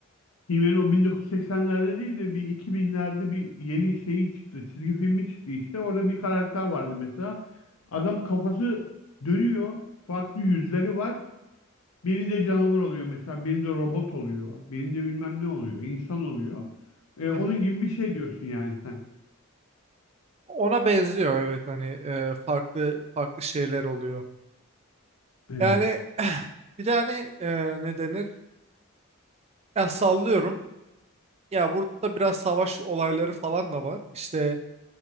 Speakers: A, on the left; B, on the right.
A: He-Man o 1980'lerde değil de bir 2000'lerde bir yeni şeyi çıktı. Çizgi filmi çıktı işte. Orada bir karakter vardı mesela. Adam kafası dönüyor. Farklı yüzleri var. Birinde canavar oluyor mesela. Birinde robot oluyor. Birinde bilmem ne oluyor. insan oluyor. E,
B: Hı
A: onun
B: hı.
A: gibi bir şey diyorsun yani sen.
B: Ona benziyor evet hani e, farklı farklı şeyler oluyor.
A: Evet.
B: Yani <clears throat> <sighs> bir de hani e, ne denir? Ya sallıyorum. Ya burada biraz savaş olayları falan da var. İşte